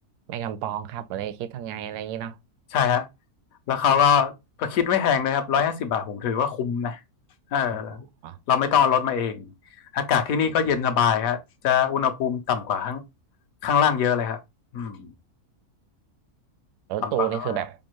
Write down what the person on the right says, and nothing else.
แม่กำปองครับอะไรคิดทางไงอะไรอย่างนี้เนาะ
อ๋อ
อ๋อ
เออ
รถตู้นี่คือแบบ